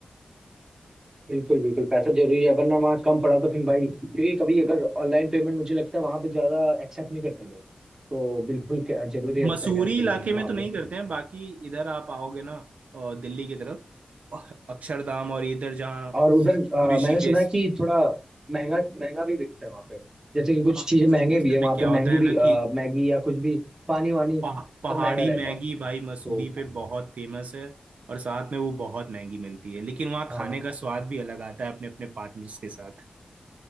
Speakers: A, on the right; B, on the right.
A: बिल्कुल बिल्कुल पैसा जरूरी है वरना वहाँ कम पड़ा तो फिर भाई क्योंकि कभी अगर ऑनलाइन पेमेंट मुझे लगता है वहाँ पे ज्यादा एक्सेप्ट नहीं करते लोग तो बिल्कुल कै- जरूरी रहता
B: मसूरी
A: है कैश लेके
B: इलाके
A: जाना
B: में
A: वहाँ
B: तो नहीं
A: पे
B: करते हैं बाकी इधर आप आओगे ना अ, दिल्ली की तरफ अ- अक्षरधाम और इधर जहाँ
A: और उधर अ,
B: ऋषिकेश
A: मैंने सुना है कि थोड़ा महंगा महंगा भी बिकता है वहां पे जैसे कि कुछ
B: हाँ
A: चीजें
B: असल
A: महंगे भी है वहां
B: में क्या
A: पे
B: होता
A: महंगी
B: है
A: भी
B: ना
A: अ,
B: कि
A: मैगी या कुछ भी पानी वानी
B: पहा- पहाड़ी
A: सब महंगा रहता
B: मैगी
A: है
B: भाई
A: तो
B: मसूरी पे बहुत फेमस है और साथ में वो बहुत महंगी मिलती है लेकिन वहाँ
A: हाँ
B: खाने का स्वाद भी अलग आता है अपने अपने पार्टनर्स के साथ